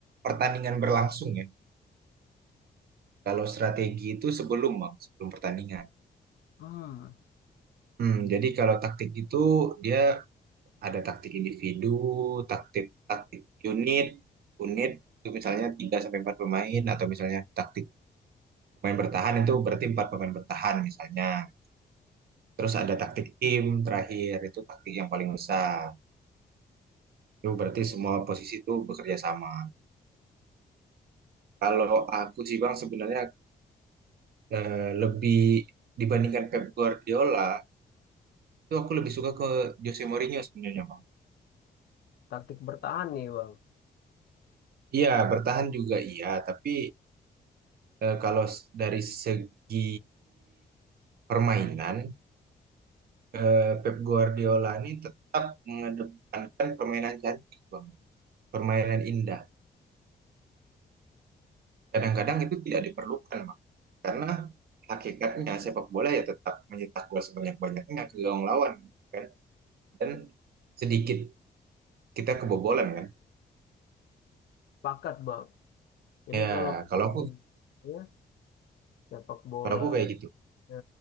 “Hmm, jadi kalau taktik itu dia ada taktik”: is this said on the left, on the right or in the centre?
Right